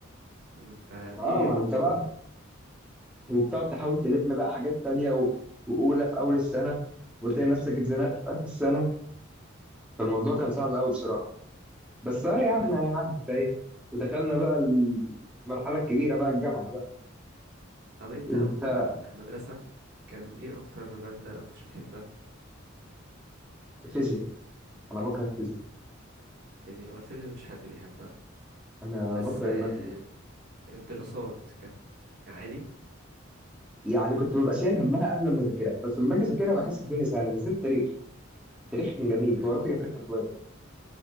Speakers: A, on the right; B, in the centre.
A: مم، فدي
B: اه ما
A: برضو
B: انا متابع وبتقعد تحاول تلم بقى حاجات تانية و- واولى في اول السنه وتلاقي نفسك اتزنقت في اخر السنه فالموضوع كان صعب قوي بصراحه بس اه
A: مم،
B: يا
A: واحنا
B: عم
A: في...
B: يعني عدت اهي ودخلنا بقى المرحله الكبيره بقى الجامعه بقى
A: طب انت
B: انت
A: وانت في المدرسة كان ايه اكتر مادة ما كنتش بتحبها
B: فيزياء انا بكره الفيزياء
A: الفيزياء هو الفيزياء مفيش حد بيحبها
B: انا
A: بس
B: بكره
A: آه،
B: الماده دي
A: الدراسات كانت عادي
B: يعني كنت ببقى شايل همها قبل ما اذاكرها بس لما باجي اذاكرها بحس الدنيا سهله بالذات التاريخ التاريخ كان جميل
A: مم.
B: جغرافيا كانت رخمه شويه